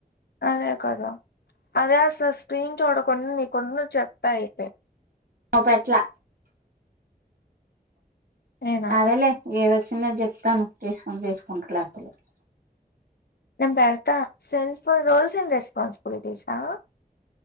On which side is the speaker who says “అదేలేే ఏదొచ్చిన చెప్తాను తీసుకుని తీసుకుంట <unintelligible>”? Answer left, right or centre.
Right